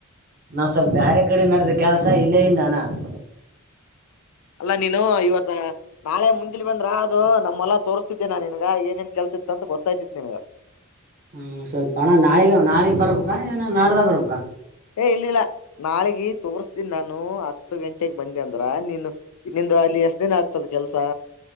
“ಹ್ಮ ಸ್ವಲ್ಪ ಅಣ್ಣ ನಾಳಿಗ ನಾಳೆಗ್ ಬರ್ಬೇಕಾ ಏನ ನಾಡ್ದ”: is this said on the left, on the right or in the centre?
Right